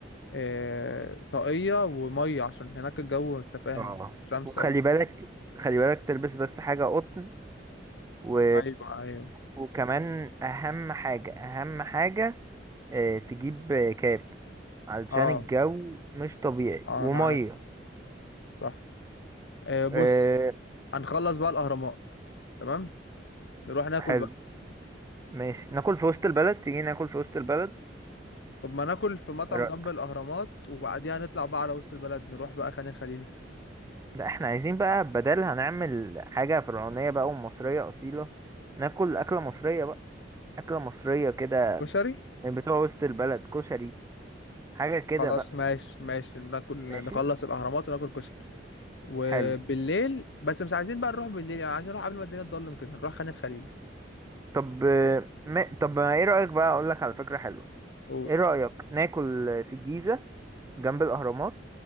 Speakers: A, on the left (about 70°); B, on the right (about 15°).
A: آه، طاقيه وميه عشان هناك الجو انت فاهم
B: اه
A: شمس
B: وخلي
A: اوي
B: بالك خلي بالك تلبس بس حاجة قطن و...
A: ايوه ايوه
B: وكمان أهم حاجة أهم حاجة آه، تجيب آه، كاب علشان
A: اه
B: الجو مش طبيعي
A: اه
B: ومية
A: انا عارف صح آه، بص
B: إيه
A: هنخلص بقى الاهرامات تمام نروح ناكل
B: حلو
A: بقى
B: ماشي ناكل في وسط البلد تيجي ناكل في وسط البلد
A: طب ما ناكل في مطعم
B: إيه رأيك؟
A: جنب الاهرامات وبعديها نطلع بقى على وسط البلد نروح بقى خان الخليلي
B: لا احنا عايزين بقى بدل هنعمل حاجة فرعونية بقى ومصرية أصيلة ناكل أكلة مصرية بقى أكلة مصرية كده
A: كشري
B: من بتوع وسط البلد كشري حاجة كده
A: خلاص
B: بقى
A: ماشي ماشي ناكل
B: ماشي
A: نخلص الاهرامات وناكل كشري وبالليل
B: حلو
A: بس مش عايزين بقى نروح بالليل يعني عايزين نروح قبل ما الدنيا تضلم كده نروح خان الخليلي
B: طب آه، ما... طب ما ايه رأيك بقى أقولك على فكرة حلوة
A: قول
B: ايه رأيك ناكل في الجيزة جنب الأهرامات